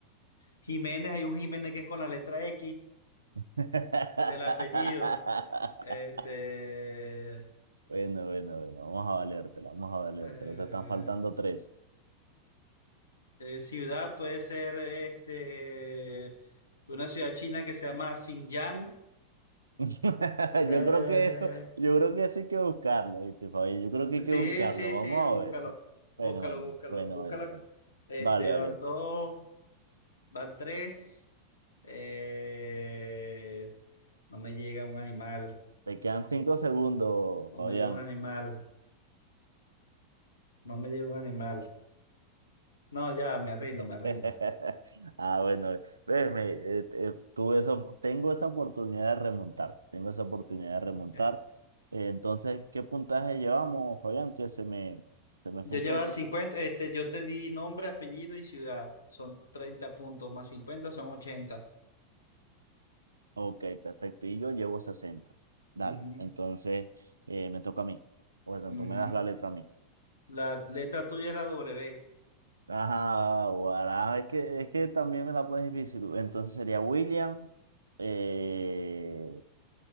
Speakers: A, on the left; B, on the right.
A: Jiménez, hay un Jiménez que es con la letra X,
B: <laughs>
A: el apellido. Este,
B: Bueno, bueno, bueno, vamos a valértela, vamos a valértela.
A: eh,
B: Te están faltando tres.
A: Eh, ciudad puede ser este, una ciudad china que se llama Xinjiang.
B: <laughs>
A: Eh,
B: Yo creo que eso, yo creo que eso hay que buscarlo, ¿viste, Fabi? Yo creo que hay que
A: sí,
B: buscarlo,
A: sí,
B: vamos
A: sí, búscalo,
B: a ver. ¿no? Bueno,
A: búscalo,
B: bueno,
A: búscalo,
B: bueno,
A: búscalo.
B: bueno, bueno.
A: Este,
B: Vale, vale.
A: van
B: Te
A: dos, van tres. Eh, no me llega un animal,
B: te quedan cinco segundos,
A: no
B: Fabián.
A: me llega un animal, no me llega un animal. No, ya, me rindo,
B: <laughs>
A: me rindo.
B: Ah, bueno, ve, me, eh, eh, tuve esa, op- tengo esa oportunidad de remontar, tengo esa oportunidad de remontar.
A: Ok.
B: Eh, entonces, ¿qué puntaje llevamos, Fabián? Que se me, se me
A: Yo
B: fue un
A: llevaba
B: poco.
A: cincuenta este, yo te di nombre, apellido y ciudad. Son 30 puntos, más 50 son ochenta
B: Ok, perfecto. Y yo llevo 60. Dale,
A: Ujú,
B: entonces eh, me toca a mí. Por tanto,
A: ujú.
B: me das la letra a mí.
A: La letra tuya es la W,
B: Ajá, guará, es que, es que también me la pones difícil. Entonces sería Williams. eh,